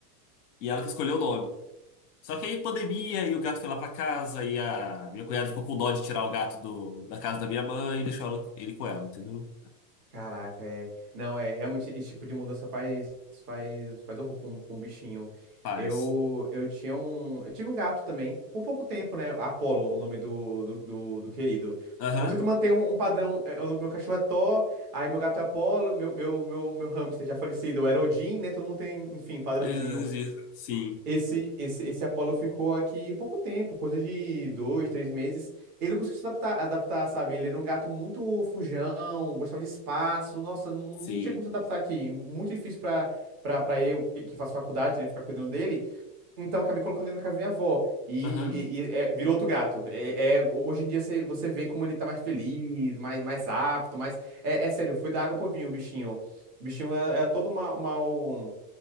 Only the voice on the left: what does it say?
e ela que escolheu o nome. Só que aí pandemia e o gato foi lá pra casa e a minha cunhada ficou com dó de tirar o gato do, da casa da minha mãe e deixou ela- ele com ela, entendeu?
Paz.
Aham.
Eh, Sim,
sim.
Aham.